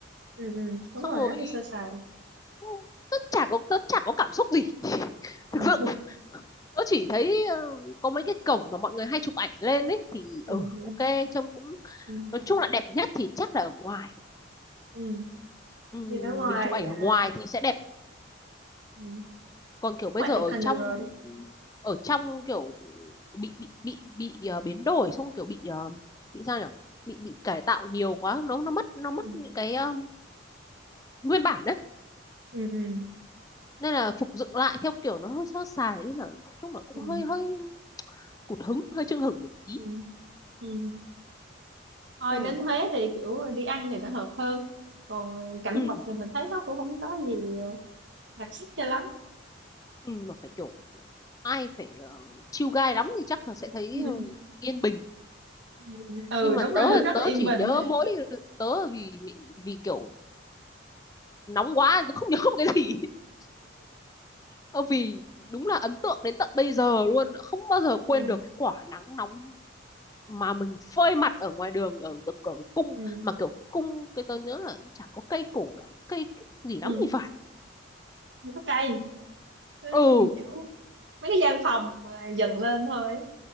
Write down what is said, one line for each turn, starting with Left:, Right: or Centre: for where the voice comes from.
Right: ừ, ừ. đúng
Left: Xong
Right: rồi
Left: rồi
Right: rất là sơ sài
Left: cũng- tớ chả có tớ chả có cảm xúc gì
Right: ừ.
Left: thực sự
Right: <laughs>
Left: tôi chỉ thấy ờ, có mấy cái cổng mà mọi người hay chụp ảnh lên ấy thì
Right: Ừ.
Left: ừ
Right: Ừ.
Left: ok trông cũng
Right: Ừ.
Left: nói chung là đẹp nhất thì chắc là ở ngoài
Right: Ừ.
Left: ừ,
Right: nhìn ở ngoài
Left: mình chụp ảnh
Right: à,
Left: ở ngoài thì sẽ đẹp
Right: ừ.
Left: còn kiểu bây
Right: ngoài
Left: giờ
Right: chụp
Left: ở
Right: hình
Left: trong
Right: được rồi
Left: ở trong kiểu bị bị bị bị ờ, biến đổi xong kiểu bị ờ, bị sao nhỉ bị bị cải tạo nhiều quá nó nó mất nó mất
Right: ừ.
Left: những cái ờ, nguyên bản đấy
Right: Ừ. Ừ.
Left: nên là phục dựng lại theo kiểu nó hơi sơ sài nên là nói chung là cũng
Right: Ừ.
Left: hơi hơi cụt hứng hơi chưng hửng một tí
Right: Ừ. Ừ. thôi
Left: ừ
Right: đến Huế thì kiểu đi ăn thì nó hợp hơn còn cảnh
Left: ừ
Right: vật thì mình thấy nó cũng không có gì đặc sắc cho lắm
Left: ừ, mà phải kiểu ai phải ờ, chill guy lắm thì chắc là sẽ thấy
Right: ừ.
Left: ờ, yên bình
Right: Ừ. ừ
Left: nhưng mà
Right: đúng rồi
Left: tớ
Right: <laughs> rất
Left: tớ
Right: là yên
Left: chỉ
Right: bình
Left: nhớ mỗi tớ vì vì vì kiểu nóng quá tớ không <laughs> nhớ một cái gì <laughs> Ờ, vì đúng là ấn tượng đến tận bây giờ luôn không bao giờ quên
Right: ừ.
Left: được cái quả nắng nóng mà mình phơi mặt ở ngoài đường ở, ở, ở cung
Right: Ừ.
Left: mà kiểu cung cái tớ nhớ là chả có cây cổ lắm cây gì
Right: Ừ.
Left: lắm thì phải
Right: không có cây Ừ,
Left: ừ
Right: nhìn kiểu mấy cái gian phòng mà dần lên thôi